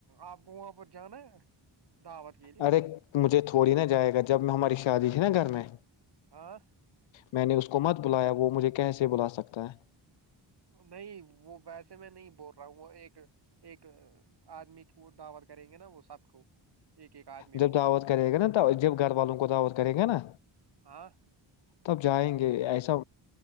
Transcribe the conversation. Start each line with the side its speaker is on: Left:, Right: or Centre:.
Right: آپ کو وہاں پر جانا ہے دعوت کے لیے
Left: ارے مجھے تھوڑی نہا جائے گا جب میں ہماری ا دی ہےھی نا گھر میں
Right: آاں <unintelligible>
Left: میں نے اس کو مت بلایا وہ مجھے کیسے بلا سکتا ہے
Right: نہیں وہ ویسے میں نہیں بول رہا ہوں وہ ایک ایک آدمی کی وہ دعوت کریں گے نا وہ سب کو ایک ایک آدمی
Left: جب
Right: کو
Left: دعوت کرے گا نا تو جب گھر والوں کو دعوت کریں گے نا
Right: ہاں
Left: تب جائیں گے ایسا